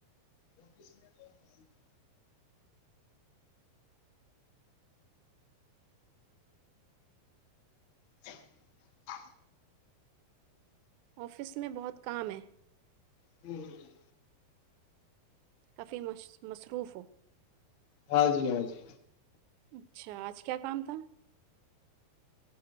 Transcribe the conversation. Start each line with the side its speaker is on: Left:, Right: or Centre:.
Left: وفس میں تھڑا <unintelligible> ج <unintelligible>
Right: آفس میں بہت کام ہے
Left: ہوں <unintelligible>
Right: کافی مصروف ہو
Left: ہاں جی ہاں جی
Right: اچھا آج کیا کام تھا